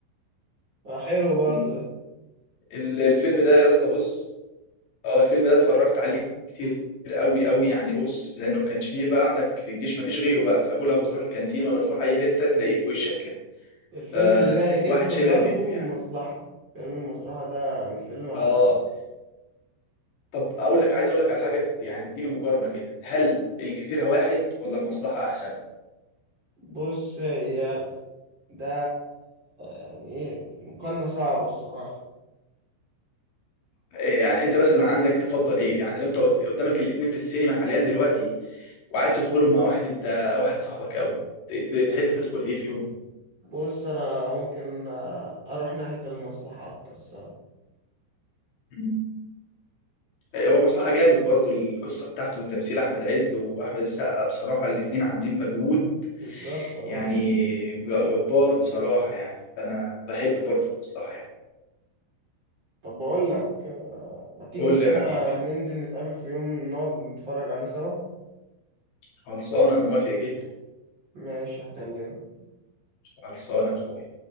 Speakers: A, on the right; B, on the left.
A: آه، حلو برضو
B: مم.
A: ده
B: ال- الفيلم ده يا اسطى بص اه الفيلم ده اتفرجت عليه كتير قوي قوي يعني بص لانه ما كانش فيه بقى عندك في الجيش ما فيش غيره بقى فكل ما بتروح الكانتين ولا تروح اي حته تلاقيه في وشك كده
A: الفيلم
B: فالواحد
A: اللي رايق جدا
B: <laughs> شبع
A: برضو
B: منه يعني
A: المصلحة فيلم المصلحة ده يعني فيلم على
B: اه طب اقول لك عايز اقول لك على حاجه يعني اديني مقارنه كده هل الجزيره واحد ولا المصلحه احسن
A: بص هي ده يعني ايه مقارنة صعبة الصراحة
B: إيه يعني انت مثلا عندك تفضل ايه يعني لو انت قد- قدامك الاثنين في السينما حاليا دلوقتي وعايز تدخلهم مع واحد انت واحد صاحبك قوي ت- ت- تحب تدخل ايه فيهم
A: بص انا ممكن آه، اروح ناحية المصلحة اكتر الصراحة
B: مم. آه، هو مصلحة جامد برضو القصة بتاعته والتمثيل أحمد عز وأحمد السقا بصراحة الاتنين عاملين مجهود
A: بالظبط اه
B: يعني ج- جبار بصراحة يعني فأنا بحب برضو المصلحة يعني
A: طب بقول لك آه، ما تيجي
B: قول
A: كده
B: لي يا حبيبي
A: ننزل نتقابل في يوم نقعد نتفرج عليه سوا
B: خلصانة أنا موافق جدا
A: ماشي هكلمك
B: خلصانة يا أخويا